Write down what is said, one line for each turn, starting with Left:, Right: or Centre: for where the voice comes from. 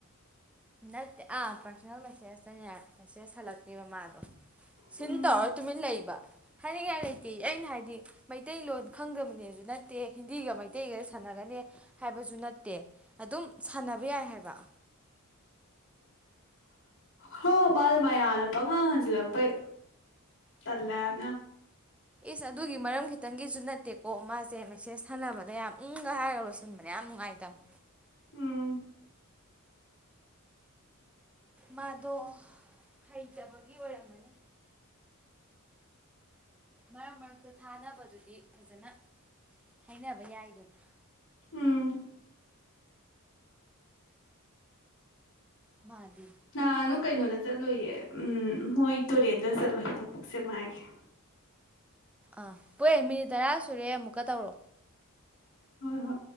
Centre: ꯅꯠꯇꯦ ꯑꯥ ꯄꯁꯅꯦꯜ ꯃꯦꯁꯦꯖ ꯆꯪꯅ ꯃꯦꯁꯦꯁ ꯍꯜꯂꯛꯇꯦꯕ ꯃꯥꯗꯣ ꯁꯤꯟ
Left: ꯎꯝ
Centre: ꯇꯧꯔꯣꯏ ꯇꯨꯃꯤꯟ ꯂꯩꯕ ꯍꯥꯏꯅꯤꯡꯉꯥꯏ ꯂꯩꯇꯦ ꯑꯩꯅ ꯍꯥꯏꯗꯤ ꯃꯩꯇꯩꯂꯣꯟ ꯈꯪꯗꯕꯅꯦꯁꯨ ꯅꯠꯇꯦ ꯍꯤꯟꯗꯤꯒ ꯃꯩꯇꯩꯒ ꯁꯥꯟꯅꯒꯅꯤ ꯍꯥꯏꯕꯁꯨ ꯅꯠꯇꯦ ꯑꯗꯨꯝ ꯁꯥꯟꯅꯕ ꯌꯥꯏ ꯍꯥꯏꯕ
Left: ꯍ ꯃꯥꯅ ꯃꯌꯥꯝꯅ ꯄꯪꯉꯥꯡ ꯍꯟꯖꯤꯜꯂꯛꯄꯩ ꯇꯜꯂꯦ ꯍꯥꯏꯕꯅꯤ ꯌꯥꯝꯅ
Centre: ꯏꯁ ꯑꯗꯨꯒꯤ ꯃꯔꯝ ꯈꯤꯇꯪꯒꯤꯁꯨ ꯅꯠꯇꯦꯀꯣ ꯃꯥꯁꯦ ꯃꯦꯁꯦꯁ ꯁꯥꯅꯕꯗ ꯌꯥꯝ ꯏꯪꯒ ꯍꯥꯏꯔꯒ ꯂꯣꯏꯁꯤꯟꯕꯅ ꯌꯥꯝ ꯅꯨꯡꯉꯥꯏꯇꯝꯃꯦ
Left: ꯎꯝ
Centre: ꯃꯥꯗꯣ ꯍꯩꯇꯕꯒꯤ ꯑꯣꯏꯔꯝꯃꯅꯤ ꯃꯔꯛ ꯃꯔꯛꯇ ꯊꯥꯅꯕꯗꯨꯗꯤ ꯐꯖꯅ ꯍꯥꯏꯅꯕ ꯌꯥꯏꯗꯅ
Left: ꯎꯝ
Centre: ꯃꯥꯗꯤ
Left: ꯑ ꯅꯪ ꯀꯩꯅꯣꯗ ꯆꯠꯂꯨꯏꯌꯦ ꯎꯝ ꯃꯣꯏ ꯇꯨꯔꯦꯟꯗ ꯆꯠꯂꯨꯏ ꯅꯣꯡꯄꯣꯛ ꯁꯦꯛꯃꯥꯥꯏꯒꯤ
Centre: ꯑꯥ ꯄꯦ ꯃꯤꯅꯤꯠ ꯇꯔꯥ ꯁꯨꯔꯦ ꯑꯃꯨꯛꯀ ꯇꯧꯔꯣ
Left: ꯍꯣꯏ ꯍꯣꯏ